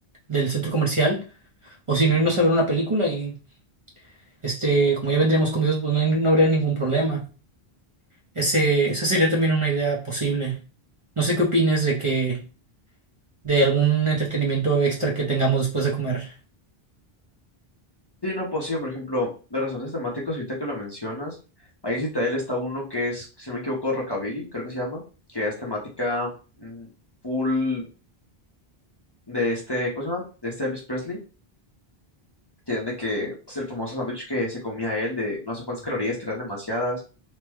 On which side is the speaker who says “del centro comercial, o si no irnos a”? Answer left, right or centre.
Right